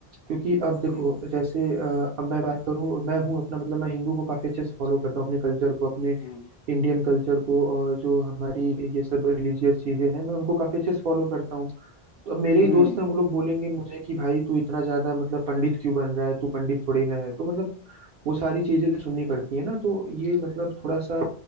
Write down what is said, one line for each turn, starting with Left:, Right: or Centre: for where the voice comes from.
Right: क्योंकि अब देखो
Left: हम्म
Right: जैसे अ, अब मैं बात करूँ मैं हूँ अपना मतलब मैं हिंदू को काफी अच्छे से फॉलो करता हूँ अपने कल्चर को अपने
Left: हम्म
Right: इंडियन कल्चर को और जो हमारी ये सब रिलीजियस चीजें हैं मैं उनको काफी अच्छे से फॉलो करता हूँ तो अब मेरे ही
Left: हम्म।
Right: दोस्त हैं वो लोग बोलेंगे मुझे कि भाई तू इतना ज्यादा मतलब पंडित क्यों बन रहा है तू पंडित थोड़ी ना है तो मतलब वो सारी चीजें सुननी पड़ती है ना तो ये मतलब थोड़ा सा